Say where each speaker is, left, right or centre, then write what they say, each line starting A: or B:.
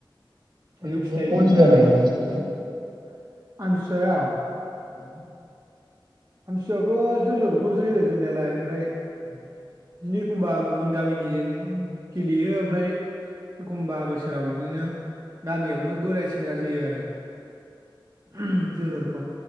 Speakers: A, on the right; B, on the right.
A: थाइजौ
B: ओरैनो
A: फिथाइ मोननानै
B: <unintelligible> जाया नामा नोंसिनिथिं
A: <unintelligible>
B: औ
A: आमथिसुवायावथ' जोलुरखौ जोयो जोनायालाय ओमफ्राय
B: <unintelligible>
A: बिदिनो एखमबा गुबुन गामिनिजों गेलेयो ओमफ्राय एखमबा बोसोर बोसोराव बिदिनो गामियावनो बोराय सेंग्रा जोयो आरो <unintelligible> जोलुरखौ